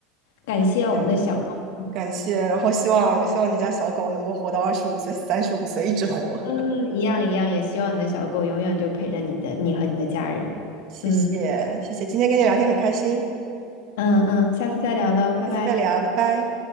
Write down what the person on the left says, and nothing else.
感谢我们的小东。
嗯，一样一样，也希望你的小狗永远就陪着你的，你和你的家人。
嗯
嗯嗯，下次再聊喽，拜拜。